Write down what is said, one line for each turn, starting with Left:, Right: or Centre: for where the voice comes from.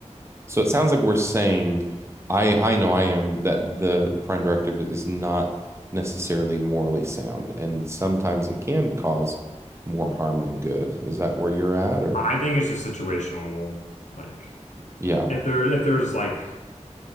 Right: So it sounds like we're saying, I I know I am that the prime directive is not necessarily morally sound, and sometimes it can cause more harm than good. Is that where you're at, or?
Left: I think it's just situational. Like
Right: Yeah,
Left: if there if there's like